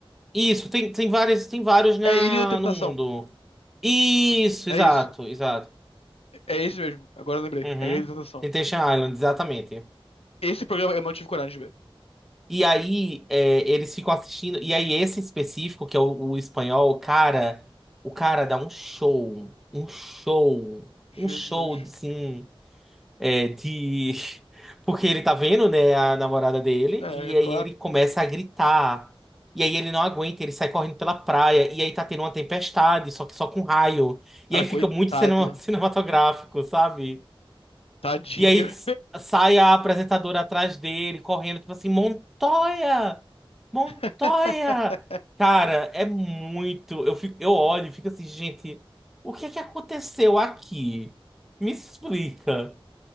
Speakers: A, in the centre; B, on the left.
A: Isso, tem, tem várias, tem vários na,
B: É Ilha da Tentação.
A: no mundo. Isso,
B: É
A: exato,
B: isso.
A: exato.
B: É esse mesmo. Agora eu lembrei.
A: Uhum.
B: É Ilha da Tentação.
A: Temptation Island, exatamente.
B: Esse programa eu não tive coragem de ver.
A: E aí, é, eles ficam assistindo. E aí, esse específico, que é o, o espanhol, cara, o cara dá um show, um show,
B: Jesus.
A: um show, assim, é, de. <laughs> Porque ele tá vendo, né, a namorada dele,
B: É,
A: e
B: é claro.
A: aí ele começa a gritar. E aí ele não aguenta, ele sai correndo pela praia, e aí tá tendo uma tempestade, só que só com raio.
B: Cara,
A: E aí fica
B: coitado.
A: muito cine- <laughs> cinematográfico, sabe?
B: Tadinho.
A: E aí sai a apresentadora atrás dele, correndo, tipo assim, Montoya! Montoya!
B: <laughs>
A: Cara, é muito. Eu fico, eu olho e fico assim, gente, o que é que aconteceu aqui? Me explica.